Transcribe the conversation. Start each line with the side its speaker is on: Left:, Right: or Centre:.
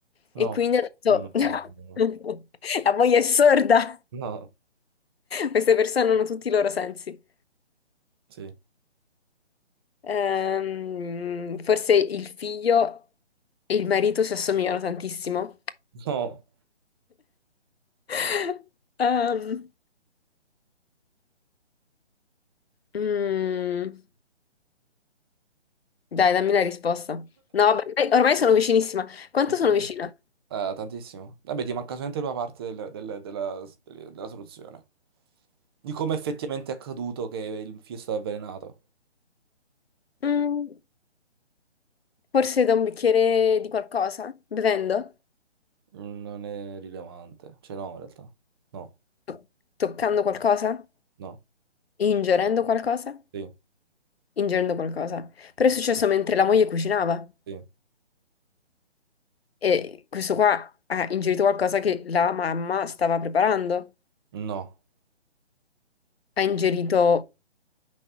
Right: no,
Left: e quindi ha detto...
Right: no, no,
Left: <laughs>
Right: no, no,
Left: La moglie è sorda.
Right: no,
Left: Queste persone hanno tutti i loro sensi.
Right: sì,
Left: Ehm, forse il figlio e il marito si assomigliano tantissimo.
Right: no.
Left: <laughs> Ehm, mm, dai, dammi la risposta. No, vabbè, ormai ormai sono vicinissima. Quanto
Right: <coughs>
Left: sono vicina?
Right: Eh, tantissimo. Vabbè, ti manca solamente una parte del- del- della, della soluzione. Di come effettivamente è accaduto che il fischio è stato avvelenato.
Left: Mm, forse da un bicchiere di qualcosa? Bevendo?
Right: Non è rilevante. Cioè, no, in realtà. No,
Left: to- toccando qualcosa?
Right: no,
Left: Ingerendo qualcosa?
Right: sì,
Left: Ingerendo qualcosa. Però è successo mentre la moglie cucinava
Right: sì.
Left: e questo qua ha ingerito qualcosa che la mamma stava preparando.
Right: No,
Left: Ha ingerito